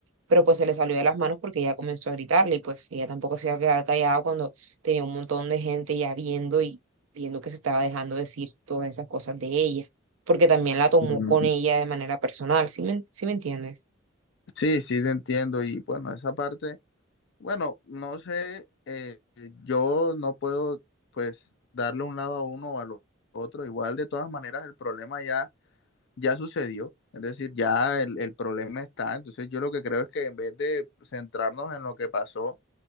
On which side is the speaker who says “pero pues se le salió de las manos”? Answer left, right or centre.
Right